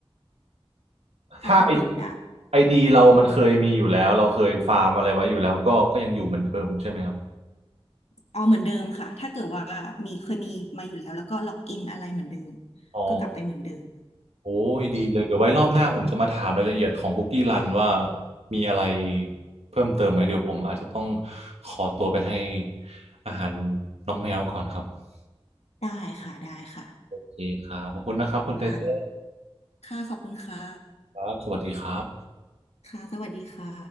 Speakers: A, on the left (about 85°); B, on the right (about 80°).
A: <laughs>
B: ถ้าไอ
A: อาจจะติดได้
B: ไอดีเรามันเคยมีอยู่แล้วเราเคยฟาร์มอะไรไว้อยู่แล้วก็ก็ยังอยู่เหมือนเดิมใช่ไหมครับ
A: เอาเหมือนเดิมค่ะถ้าเกิดว่ามีเคยมีมาอยู่แล้วแล้วก็ล็อกอินอะไรเหมือนเดิม
B: อ๋อ
A: ก็กลับไปเหมือนเดิม
B: โอ้ยดีเลยเดี๋ยวไว้รอบหน้าผมจะมาถามรายละเอียดของคุกกี้รันว่ามีอะไรเพิ่มเติมไหมเดี๋ยวผมอาจจะต้องขอตัวไปให้อาหารน้องแมวก่อนครับ
A: ได้ค่ะได้ค่ะ
B: โอเคครับขอบคุณนะครับคุณไตเติ้ล
A: ค่ะ ค่ะขอบคุณค่ะ
B: ครับสวัสดีครับ
A: ค่ะสวัสดีค่ะ